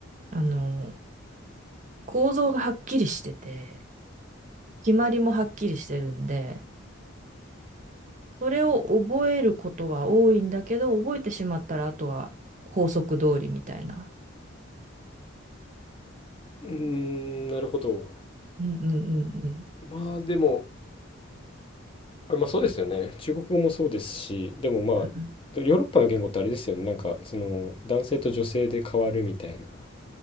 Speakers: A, on the right; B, on the left.
A: あのー構造がはっきりしてて、決まりもはっきりしてるんで、それを覚えることは多いんだけど、覚えてしまったら、あとは法則通りみたいな。
B: ーん、なるほど。
A: うんうんうんうん。
B: まあでも、あまあそうですよね。中国語もそうですし、でもまあ、
A: うんうん
B: ヨーロッパの言語ってあれですよね。なんか、その、男性と女性で変わるみたいな。